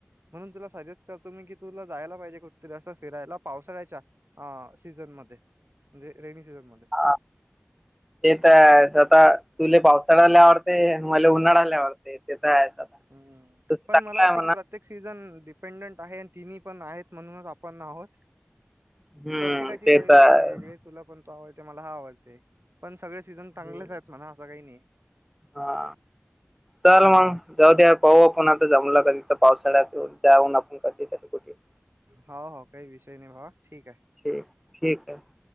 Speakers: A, on the right; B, in the centre.
A: म्हणून तुला सजेस्ट करतो मी की तुला जायला पाहिजे कुठेतरी असं फिरायला पावसाळ्याच्या हा सीझन मध्ये म्हणजे रेनी सीझन मध्ये
B: आ ते तर स्वतः तुले पावसाळा लय आवडते. अन् मले उन्हाळा लय आवडते. ते तर आहेच आता
A: हम्
B: तस चांगलं
A: पण मला वाटते
B: आहे म्हणा
A: कि प्र प्रत्येक सीझन डिपेंडंट आहे. आणि तिन्ही पण आहेत म्हणून आपण आहोत.
B: हम्म
A: प्रत्येकाची
B: ते
A: चॉईस
B: तर
A: असते
B: आहे
A: वेगवेगळे तुला पण तो आवडते. मला हा आवडते. पण सगळे सीझन चांगलेच
B: हम्म
A: आहेत म्हणा असं काही नाही.
B: हा. चल मग जाऊ दे. पाहू आपण आता जमलं कधी तर पावसाळ्यात जाऊन आपण कधी कधी कुठ <inaudible>
A: हो हो काही विषय नाही बाबा ठीक आहे.
B: ठीक ठीक आहे.